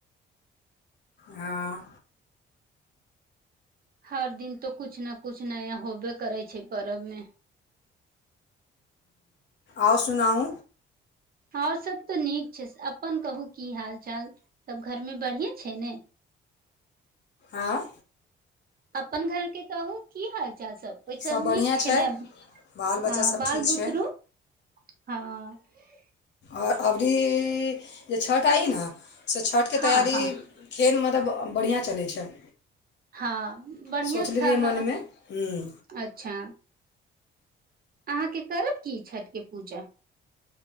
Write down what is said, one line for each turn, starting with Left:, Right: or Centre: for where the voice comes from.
Left: आ
Right: हर दिन तो कछु ने कुछ नया होबे करै छै पर्व मे
Left: आउ सुनाउ
Right: ओर सभ तऽ नीक छै अपन कहू की हाल चाल सभ घरमे बढ़िये छै ने
Left: आँ
Right: अपन घर के कहू की हाल ओहिसँ
Left: सभ
Right: निक
Left: बढ़िआँ
Right: छै ने अ
Left: बाल बच्चासभ
Right: बालबुत्ररू
Left: ठीक छै
Right: हँ ह <inaudible>
Left: ओर अवरी जे छठ आइ न से छठिके
Right: हँ
Left: तैयरी
Right: हँ
Left: केन मतलब बढ़िआँ चलै छै
Right: हँ बढ़िआ
Left: सोचले
Right: छ
Left: रहियै
Right: हँ
Left: मनमे ह्म
Right: अच्छा अहाँके करब की छठिके पूजा